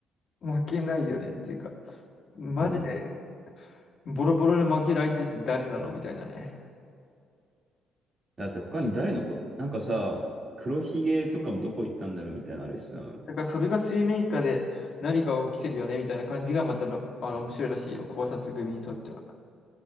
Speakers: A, on the left; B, on the right.
A: 負けないよねっていうか、マジで
B: うん
A: ボロボロで負ける相手って誰なのみたいなね。
B: だって他に誰の子、なんかさ、黒ひげとかもどこ行ったんだろうみたいなのあるしさ。
A: だからそれが水面下で何か起きてるよねみたいな感じがまたろあの面白いらしいよ。考察組にとっては。